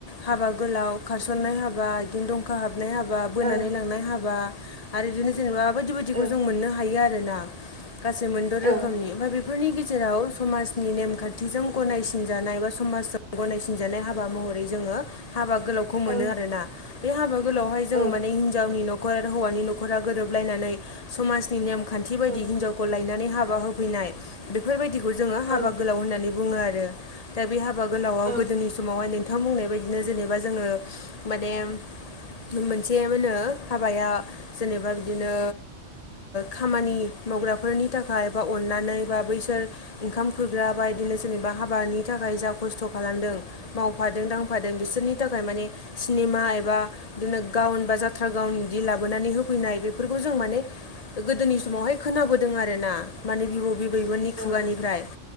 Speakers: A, on the left; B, on the right.
A: हाबा गोलाव खारसननाय हाबा बिदिनो दंखा हाबनाय हाबा। बोनानै
B: औ
A: लांनाय हाबा आरो बिदिनो जेनेबा बायदि बायदिखौ
B: औ
A: जों मोननो हायो आरो ना। गासै मोनद'
B: औ
A: रोखोमनि ओमफ्राय बे बे फोरनि गेजेराव समाजनि नेमखान्थिजों गनायसिनजानाय बा समाजजों गनायसिनजानाय हाबा महरै। जोंङो हाबा गोलावखौ मोनो
B: औ
A: आरोना बे हाबा गोलावहाय जोङो
B: औ
A: माने हिनावनि न'। हौवानि न'खरा गोरोबलायनानै समनि नेमखौ। खाथि बायदि
B: औ
A: हिनजावखौ लायनानै हाबा होफैनाय बेफोरबायदिखौ जोङो
B: औ
A: हाबा गोलाव होननानै। बुङो आरो दा बे हाबा गोलावाव
B: औ
A: गोदोनि समावहाय नों। नोंथां बुंनाय बायदिनो जेनेबा जोंङो माने मोनसे मा होनो हाबाया जेनेबा बिदिनो खामानि मावग्राफोरनि थाखाय बा अननानै बा बैसोर ओंखाम खुरग्रा बाय। बिदिनो जेनेबा हाबानि थाखाय जा खस्थ' खालामदों मावफादों दांफादों बिसोरनि थाखाय माने। सिनेमा एबा बिदिनो गावन बा जाथ्रा गावन बिदि लाबोनानै होफैनाय बेफोरखौ जों माने। गोदोनि समावहाय खोनाबोदों आरो ना। माने बिबौ बिबैमोननि
B: औ
A: खुगानिफ्राय।